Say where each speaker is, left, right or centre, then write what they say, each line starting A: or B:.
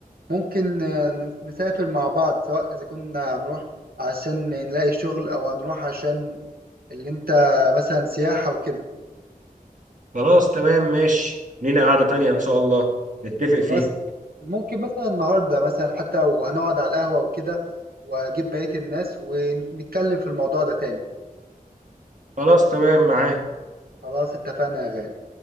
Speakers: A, on the right; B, on the right.
A: ممكن آه، ن- نسافر مع بعض سواء إذا كنا هنروح عشان نلاقي شغل أو هنروح عشان اللي أنت مثلا سياحة وكده
B: خلاص تمام ماشي لينا قعدة تانية إن شاء الله نتفق
A: خلاص
B: فيها
A: ممكن مثلا النهاردة مثلا حتى وهنقعد على القهوة وكده وأجيب بقية الناس ونتكلم في الموضوع ده تاني
B: خلاص تمام معاك
A: خلاص اتفقنا يا غالي